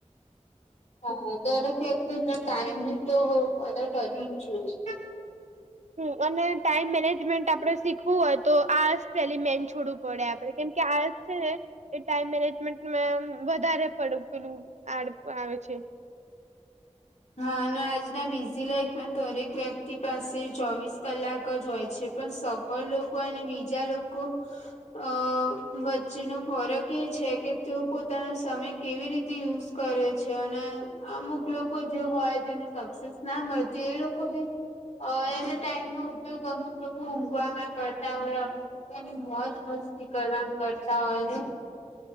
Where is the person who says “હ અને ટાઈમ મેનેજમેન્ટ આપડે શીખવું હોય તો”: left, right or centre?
Right